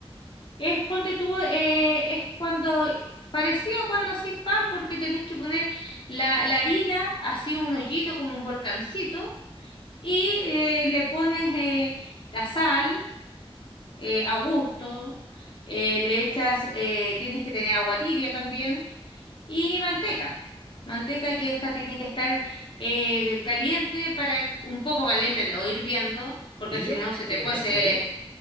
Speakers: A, on the left; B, on the right.
A: Es, ponte tú, eh, es cuando, parecido a cuando hacéis pan, porque tenéis que poner la, la harina, así un hoyito como un volcancito, y eh, le pones eh, la sal eh, a gusto, eh, le echas, eh, tienes que tener agua tibia también Y manteca. Manteca que esta tiene que estar eh, caliente para un poco caliente, no hirviendo, porque
B: ¿Tibio?
A: si no se te
B: ¿Tiene
A: cuece,
B: que estar tibio?